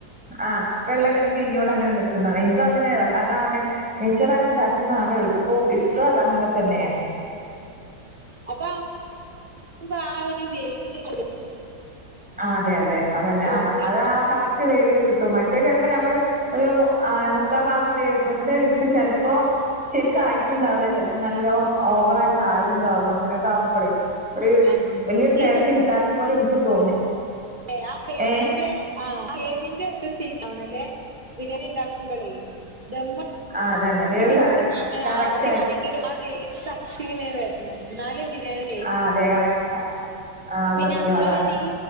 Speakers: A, in the centre; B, on the right.
A: ആഹ്. വെള്ളങ്ങനെ പിഴിഞ്ഞോണ്ടങ്ങനെ ന്ന്ക്ക്ന്നാണ ഇൻക്കു അങ്ങനെ അതാണ്. നെയ്ചോറാക്കി ണ്ടാക്കുന്നതാണ് എളുപ്പു ഇഷ്ടു അത് അങ്ങനെ തന്നെണ്.
B: അടാ <unintelligible> പാ ഒര് <unintelligible>
A: ആഹ് അതെ അതെ. അതെന്നെ
B: നെയ്ച്ചോറ്
A: ആത അത് ആ കറക്റ്റ് വേവില് കിട്ടും മറ്റേ ചെലപ്പ ഞ്ഞമ്മള് ഒരു മു ആ മു ക്കാ ഭാഗം വേ വെന്തെടുത്ത് ചെലപ്പോ. ശര്ക്കായിട്ടുണ്ടാവുല ചെൽപ്പം നല്ലോ ഓവറായിട്ടായിണ്ടാവ്വ. അങ്ങനൊക്കാവുമ്പോളേ ഒര്
B: ആഹ്
A: വല്ല്യരു
B: ഈ
A: ടേസ്റ്റ് കിട്ടാത്ത പോലെ ഇൻക്കു തോന്നി.
B: ഏ ആ ബേബിൻ്റെ
A: ഏ
B: ആഹ് ബേബിൻ്റെട്ത്ത് ചെയ്യാവണലേ ബിര്യാണിണ്ടാ കുമ്പളേ ദമ്മ്.
A: ആഹ് അതന്നെ. വേവ്
B: ങ്ങട് <unintelligible>
A: കറ
B: താണ്
A: കറക്റ്റ്
B: ആ <unintelligible> ക്ക്യാണെങ്കിലു
A: ആയി
B: ആ വേവ് കക്ടിന്ങ്ങനെ വര്ണം ന്നാല് ബിര്യാണി.
A: ആഹ് അതെ കറക്റ്റാ. ആ
B: പിന്നെ
A: സത്യം
B: അതുപോലെന്നെ
A: അതാണ്
B: ഈ